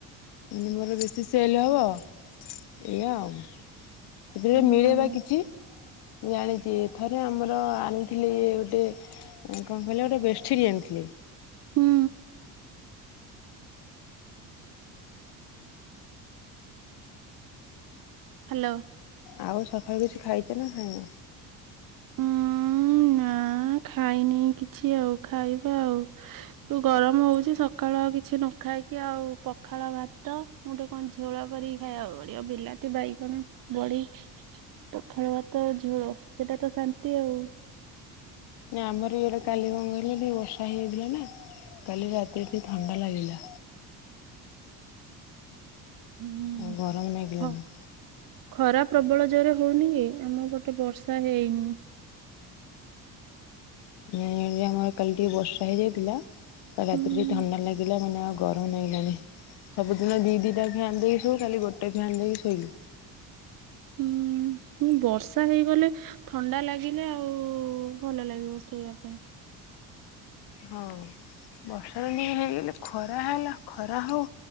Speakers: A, on the left; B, on the right.
A: ମାନେ ମୋର ବେଶୀ ସେଲ‌୍ ହେବ ଏଇଆ ଆଉ। ସେଥିରେ
B: ହୁଁ
A: ମିଳେବ କିଛି ମୁଁ ଜାଣିଚି ଥରେ ଆମର ଆଣିଥିଲେ ଇଏ ଗୋଟିଏ କଣ କହିଲେ ଗୋଟେ ବେଡ୍ ସିଡ଼ି ଆଣିଥିଲେ।
B: ହୁଁ। ହ୍ୟାଲୋ।
A: ଆଉ ସକାଳୁ କିଛି ଖାଇଛ ନା ଖାଇନ।
B: ହୁଁ। ନା ଖାଇନି କିଛି ଆଉ ଖାଇବା ଆଉ। ଗରମ ହଉଚି ସକାଳୁଆ କିଛି ନ ଖାଇକି ଆଉ ପଖାଳ ଭାତ ମୁଁ ଗୋଟେ କଣ ଝୋଳ କରିକି ଖାଇ ଆ ପଡିବ ବିଲାତି ବାଇକଣ ବଢି ପଖଳ ଭାତ ଝୋଳ ସେଇଟା ତ ଶାନ୍ତି ଆଉ।
A: ନା ଆମର ଇଏ ଗୋଟେ କାଲି କଁ କହେଲା ଟିକେ ବର୍ଷା ହେଇଯଥିଲା ନା କାଲି ରାତିରେ ଟିକେ ଥଣ୍ଡା ଲାଗିଲା।
B: ହୁଁ
A: ଆଉ ଗରମ ଲାଗିଲାନି।
B: ହଁ ଖରା ପ୍ରବଳ ଜୋରରେ ହଉନି ଯେ ଆମ ଗଟେ ବର୍ଷା ହେଇନି।
A: ଅ ଆମର କାଲି ଟିକେ ବର୍ଷା ହେଇଯାଇଥିଲା କାଲି ରାତିରେ
B: ହୁଁ
A: ଟିକେ ଥଣ୍ଡା ଲାଗିଲା ମାନେ ଆଉ ଗରମ ହେଇଗଲାଣି ସବୁଦିନ ଦି ଦିଟା ଫ୍ୟାନ୍ ଦେଇକି ଶୋଇଉ କାଲି ଗୋଟେ ଫ୍ୟାନ୍ ଦେଇକି ଶୋଇଲୁ।
B: ହୁଁ ବର୍ଷା ହେଇଗଲେ। ଥଣ୍ଡା ଲାଗିଲେ ଆଉ ଭଲ ଲାଗିବ ଶୋଇବା ପାଇଁ।
A: ହଁ ବର୍ଷାର ନେଇ ହେଇଗଲେ ଖରା ହେଲା ଖରା ହଉ।